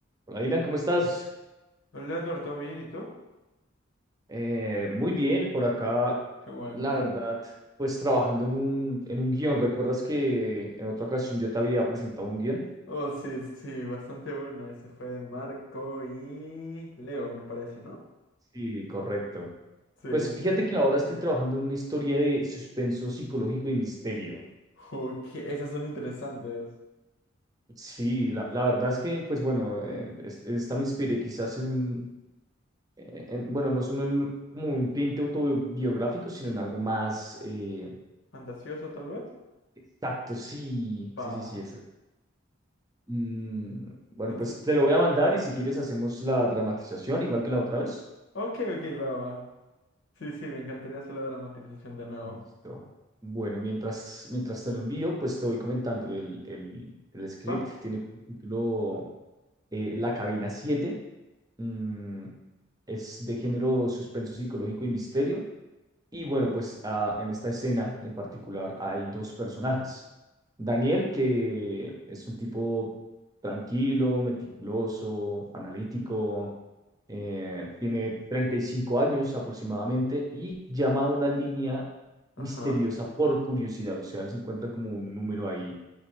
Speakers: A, on the right; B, on the left.
A: Hola, Dylan, ¿cómo estás?
B: Hola Eduardo, ¿bien? ¿Y tú?
A: Eh, muy bien, por acá,
B: Qué bueno.
A: la verdad, pues trabajando en un, en un guión. ¿Recuerdas que en otra ocasión yo te había presentado un guión?
B: Oh, sí, sí, bastante bueno. Ese fue de Marco y Leo, me parece, ¿no?
A: Sí, correcto.
B: Sí.
A: Pues fíjate que ahora estoy trabajando en una historia de suspenso psicológico y misterio.
B: Ok, esas son interesantes.
A: Sí, la, la verdad es que, pues bueno, eh, es- esta me inspiré quizás en un, eh, en- bueno, no es un, en- como un tinte autobiográfico, sino en algo más eh,
B: ¿Fantasioso, tal vez?
A: exacto, sí,
B: Va.
A: sí, sí, sí, exacto. Mm, bueno,
B: Entonces,
A: pues te lo voy a mandar y si quieres hacemos la dramatización igual que la otra vez.
B: ok, ok, va, va. Sí, sí, me encantaría hacer la dramatización de nuevo.
A: Listo. Bueno, mientras, mientras te lo envío, pues te voy comentando. El, el, el script
B: Va.
A: tiene como título eh, La Cabina siete Mm, es de género suspenso psicológico y misterio. Y bueno, pues ah, en esta escena en particular hay dos personajes. Daniel, que es un tipo tranquilo, meticuloso, analítico, eh, tiene 35 años aproximadamente y llama a una línea
B: Ajá,
A: misteriosa por curiosidad. O sea, él se encuentra como un número ahí